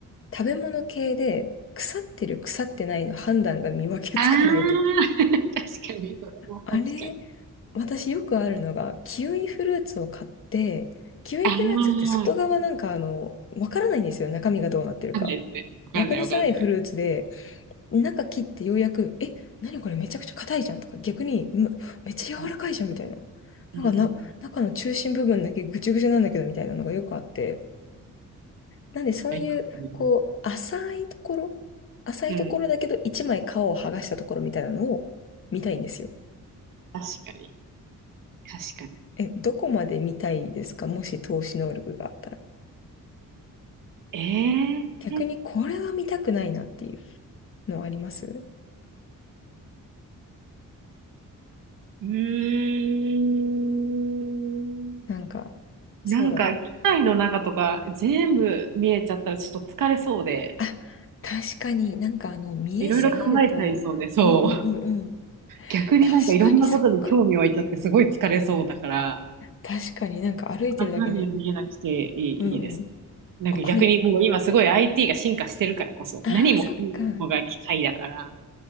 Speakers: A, on the left; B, on the right.
A: 食べ物系で腐ってる腐ってないの判断が見分けつかないとき。
B: ああ、<laughs> 確かに、それも確かに。
A: あれ、私よくあるのが、キウイフルーツを買って、キウイフルーツって外側なんかあの、
B: ああ、わ
A: わからないんですよ。中身がどうなってるか。
B: かんないですね。わかんない、
A: わかりづらいフルーツで、
B: わかんない。
A: 中切ってようやく、え、何これめちゃくちゃ硬いじゃんとか、逆に、むめっちゃ柔らかいじゃんみたいな。
B: うん、
A: なんかな、
B: うん、うん。
A: 中の中心部分だけぐちゅぐちゅなんだけどみたいなのがよくあって、なんでそういう、
B: ありますね。
A: こう、浅いところ、浅いところだけど一枚皮を剥がしたところみたいなのを見たいんですよ。
B: うん、確かに、確かに。
A: え、どこまで見たいですかもし投資能力があったら。
B: ええ
A: 逆にこれは見たくないなっていうのはあります
B: うーん。
A: なんか、そうだな。
B: なんか、機械の中とか全部見えちゃったらちょっと疲れそうで、
A: あ、確かになんかあの、見えすぎると、
B: いろいろ考えちゃいそうで、そう。
A: うんうんうんうん。
B: 逆になんかいろんなことに興味湧いちゃってすごい疲れそうだから、
A: 確かにそっか。確かになんか歩いてるだけで、
B: 中身が見えなくていい、
A: うんうん。
B: いいです。なんか逆にもう今すごい
A: あ、これ、
B: IT が進化してるからこそ、
A: ああ、
B: 何もかもが機械だから、
A: そっか。